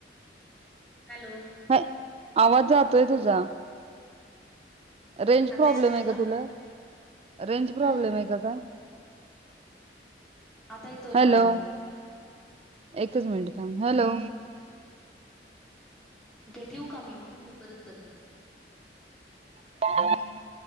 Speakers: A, in the centre; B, on the right.
A: हॅलो
B: ह आवाज जातोय तुझा रेंज
A: आता
B: प्रॉब्लेम
A: येतोय
B: आहे का तुला रेंज प्रॉब्लेम
A: नाही
B: आहे का काय
A: आता येतोय
B: हॅलो
A: का आवाज
B: एकच मिनिट हॅलो
A: णे ठेऊ का मी मग परत करते
B: <unintelligible>